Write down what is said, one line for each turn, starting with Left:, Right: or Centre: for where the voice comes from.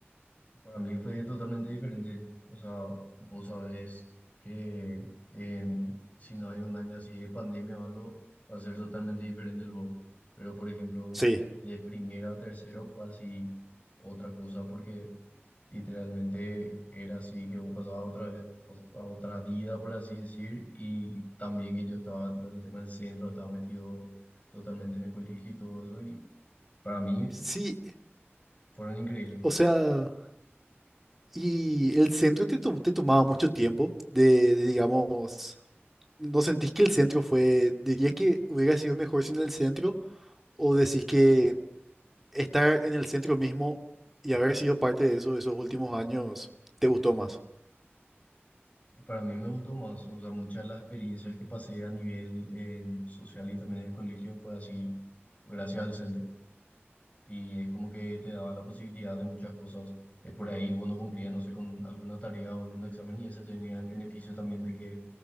Left: Para mí fue totalmente diferente. O sea, vos sabés que en- si no hay un año así de pandemia o algo, va a ser totalmente diferente el vos. Pero, por ejemplo,
Centre: Sí,
Left: de primero a tercero fue así otra cosa porque literalmente era así que vos pasabas a otra, vez- a otra vida, por así decir, y también que yo estaba tipo, en el tema del centro, estaba metido totalmente en el colegio y todo eso, y para mí
Centre: sí,
Left: fueron increíbles.
Centre: o sea, y el centro te, to- te tomaba mucho tiempo de, de, digamos, ¿no sentís que el centro fue, dirías que hubiera sido mejor sin el centro o decís que estar en el centro mismo y haber sido parte de eso, de esos últimos años, te gustó más?
Left: Y para mí me gustó más, o sea, muchas de las experiencias que pasé a nivel eh, social y también en el colegio fue así, gracias al centro. Y es como que te daba la posibilidad de muchas cosas. Es por ahí vos no cumplías, no sé, con alguna tarea o algún examen y ese tenía el beneficio también de que